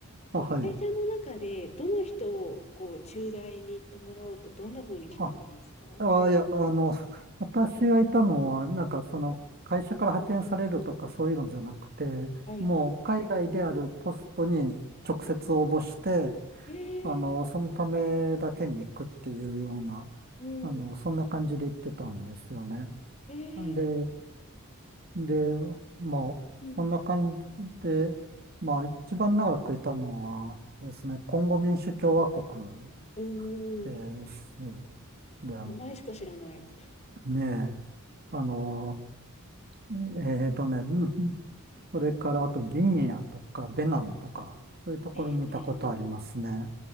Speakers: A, on the right (about 45°); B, on the left (about 30°).
A: あ、
B: こう会社の中でどの人をこう駐在に行ってもらおうってどんな風に決まるんですか
A: はい。あ、あ、いや、あの、私がいたのは、なんかその、会社から派遣されるとかそういうのじゃなくて、
B: はい。
A: もう海外であるポストに直接応募して、
B: えー、
A: あの、そのためだけに行くっていうような、
B: うん、
A: あの、そんな感じで行ってたんですよね。
B: えー、
A: で、で、まあ、
B: うん。
A: そんな感じで、まあ、一番長くいたのはですね、コンゴ民主共和国
B: お
A: です。
B: ー、
A: で、
B: 名前しか知らない。
A: ねえ、あの、えーとね、<laughs> うんそれからあとギニアとかベナンとか、そういうところにいたことありますね。
B: えー